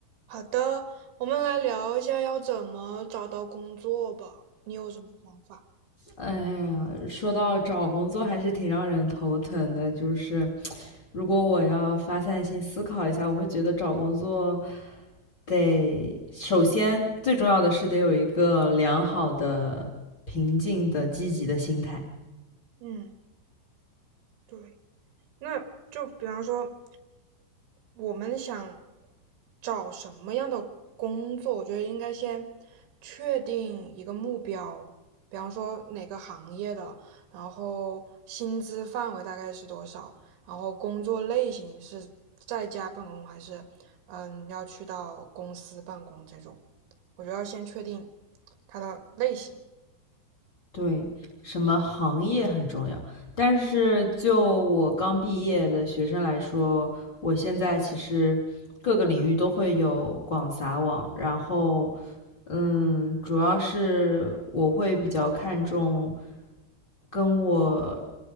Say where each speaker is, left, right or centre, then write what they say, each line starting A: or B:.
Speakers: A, on the right; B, on the left.
A: 好的，我们来聊一下要怎么找到工作吧。你有什么想法？
B: 哎呀，说到找工作还是挺让人头疼的。就是如果我要发散性思考一下，我会觉得找工作得首先最重要的是得有一个良好的、平静的、积极的心态。
A: 嗯，对。那就比方说，我们想找什么样的工作，我觉得应该先确定一个目标，比方说哪个行业的，然后薪资范围大概是多少，然后工作类型是在家办公还是嗯要去到公司办公这种，我觉得要先确定它的类型。
B: 对，什么行业很重要，但是就我刚毕业的学生来说，我现在其实各个领域都会有广撒网，然后，嗯，主要是我会比较看重跟我，